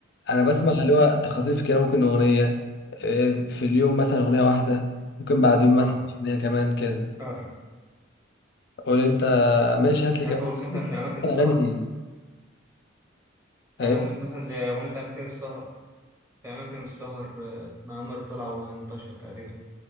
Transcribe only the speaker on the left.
انا بسمع
اللي هو تخاطيف كده ممكن اغنيه آه، في اليوم مثلا اغنيه واحده ممكن بعد يوم مثلا
اغنيه كمان كده
قول انت ماشي هات لي
كمان
اغاني
ايه